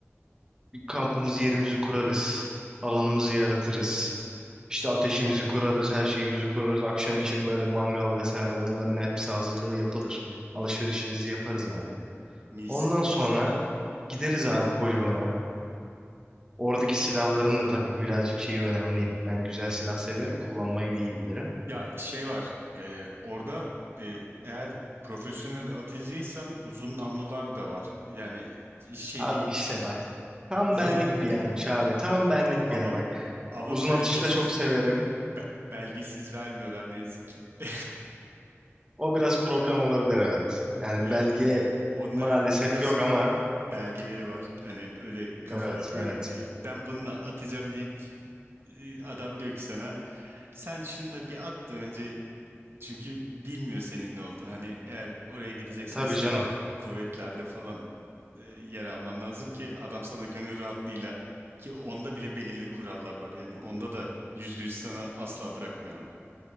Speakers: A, on the right; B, on the right.
A: Bir kampımızı yerimizi kurarız. Alanımızı yaratırız. İşte
B: O
A: ateşimizi kurarız, her şeyimizi kurarız. Akşam için böyle mangal vesaire onların hepsi hazırlığı yapılır. Alışverişimizi yaparız abi.
B: mis.
A: Ondan sonra gideriz abi poligona. Oradaki silahların da tabii birazcık şeyi önemli. Ben güzel silah severim, kullanmayı da iyi bilirim.
B: Ya şey var e, orada e, eğer profesyonel atıcıysan uzun namlular da var. Yani şey
A: Abi
B: değil.
A: işte bak. Tam
B: <laughs>
A: benlik bir yermiş abi. Tam benlik
B: Ama
A: bir yer bak.
B: ama
A: Uzun
B: belgesiz
A: atışı da çok severim.
B: be- belgesiz vermiyorlar ne yazık ki. <laughs>
A: O biraz problem olabilir evet. Yani
B: Ya
A: belge
B: onların
A: maalesef
B: biliyorsun
A: yok ama
B: belgeleri var. Hani öyle kafana
A: evet
B: buyruk
A: evet.
B: ben bununla atacağım deyip e, adam diyor ki sana sen şununla bir at da önce Çünkü bilmiyor senin ne olduğunu. Hani eğer oraya gideceksen
A: E, tabii
B: silahlı
A: canım.
B: kuvvetlerde falan e, yer alman lazım ki adam sana gönül rahatlığıyla ki onda bile belirli kurallar var. Yani onda da yüzde yüz sana asla bırakmıyor abi.